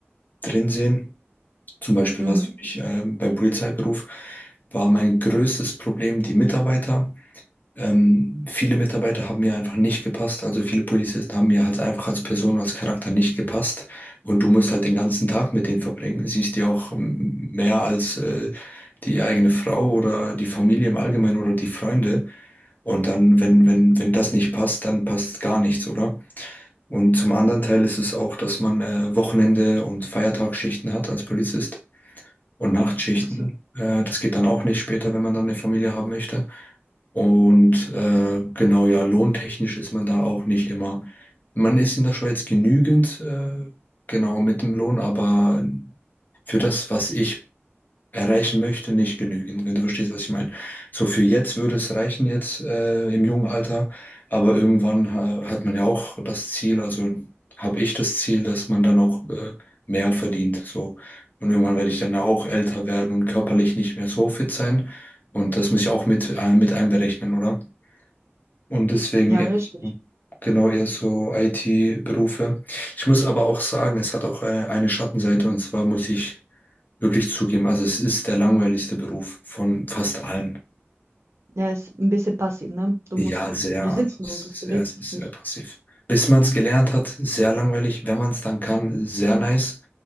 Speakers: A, on the left; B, on the right.
A: drin sehen. Zum Beispiel,
B: Mhm.
A: was für mich ähm, beim Polizeiberuf war mein größtes Problem, die Mitarbeiter. Ähm, viele Mitarbeiter haben mir einfach nicht gepasst. Also viele Polizisten haben mir halt einfach als Person, als Charakter nicht gepasst. Und du musst halt den ganzen Tag mit denen verbringen. Siehst die auch ähm, mehr als äh, die eigene Frau oder die Familie im Allgemeinen oder die Freunde. Und dann, wenn, wenn, wenn das nicht passt, dann passt gar nichts, oder? Und zum anderen Teil ist es auch, dass man äh, Wochenende- und Feiertagsschichten hat als Polizist und Nachtschichten.
B: Ach so.
A: Äh, das geht dann auch nicht später, wenn man dann eine Familie haben möchte. Und äh, genau, ja, lohntechnisch ist man da auch nicht immer. Man ist in der Schweiz genügend, äh, genau mit dem Lohn, aber für das, was ich erreichen möchte, nicht genügen, wenn du verstehst, was ich meine. So für jetzt würde es reichen, jetzt äh, im jungen Alter, aber irgendwann äh, hat man ja auch das Ziel, also habe ich das Ziel, dass man dann auch äh, mehr verdient, so. Und irgendwann werde ich dann ja auch älter werden und körperlich nicht mehr so fit sein. Und das muss ich auch mit, äh, mit einberechnen, oder? Und deswegen
B: Ja,
A: eher
B: richtig.
A: so, genau eher so IT-Berufe. Ich muss aber auch sagen, es hat auch äh, eine Schattenseite und zwar muss ich wirklich zugeben, also es ist der langweiligste Beruf von fast allen.
B: Ja, ist ein bisschen passiv, ne? Du
A: Ja,
B: musst,
A: sehr.
B: du sitzt
A: Also es
B: nur, du
A: ist
B: bewegst
A: sehr, es ist
B: dich nicht.
A: sehr passiv. Bis man es gelernt hat, sehr langweilig. Wenn man es dann kann, sehr nice.